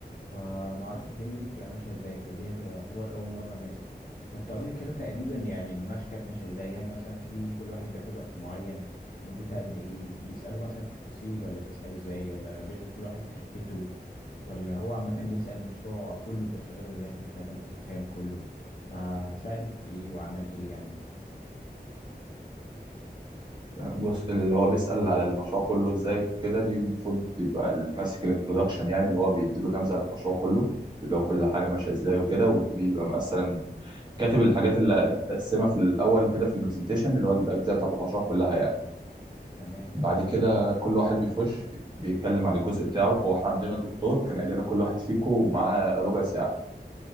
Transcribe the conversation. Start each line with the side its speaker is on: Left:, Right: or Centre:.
Left: فما اعرفش الدنيا دي بتبقى ماشيه ازاي فدي هتبقى يعتبر اول مره اناقش فانت قول لي كده تقريبا يعني المناقشه كانت ماشيه ازاي هل مثلا في كل واحد بياخد وقت معين مدتها قد ايه بيسالوا مثلا في تفاصيل ولا بيسال ازاي ولا بيسال كل واحد في حتته ولا هو عامه بيسال المشروع كله بيبقى شغال ازاي فانت لازم تبقى فاهم كله فسأل في ايه وعمل ايه يعني
Right: بص اللي هو بيسال على المشروع كله ازاي كده دي المفروض يبقى اللي ماسك الانترودكشن يعني اللي هو بيديله نبذه عن المشروع كله اللي هو كل حاجه ماشيه ازاي وكده وبيبقى مثلا كاتب الحاجات اللي متقسمه في الاول كده في البرزنتيشن اللي هو الاجزاء بتاعت المشروع كلها يعني
Left: تمام
Right: بعد كده كل واحد بيخش بيتكلم عن الجزء بتاعه هو احنا عندنا الدكتور كان قال لنا كل واحد فيكم معاه ربع ساعة